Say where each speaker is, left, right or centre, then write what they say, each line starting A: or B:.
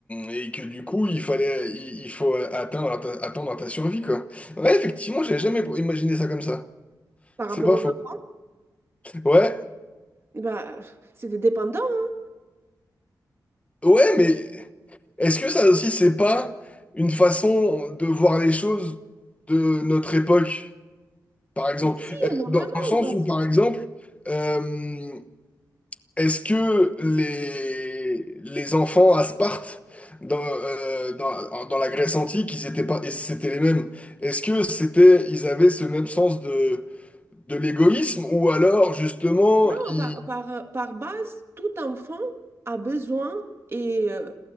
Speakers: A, on the left; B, on the right.
A: et que du coup il fallait il, il faut atteindre à ta, attendre à ta survie quoi. Ouais, effectivement, j'avais jamais imaginé ça comme ça.
B: Par
A: C'est
B: rapport
A: pas
B: aux
A: faux.
B: enfants,
A: Ouais,
B: bah, c'est des dépendants. hein.
A: ouais, mais Est-ce que ça aussi, c'est pas une façon de voir les choses de notre époque, par exemple?
B: Bah, si,
A: Euh,
B: énormément.
A: Dans, dans le sens
B: Parce
A: où, par
B: que
A: exemple, euh, est-ce que les, les enfants à Sparte, dans, euh, dans, dans la Grèce antique, ils étaient pas, et c'était les mêmes? Est-ce que c'était, ils avaient ce même sens de, de l'égoïsme, ou alors, justement,
B: non,
A: ils...
B: par, par, par base, tout enfant a besoin et, euh,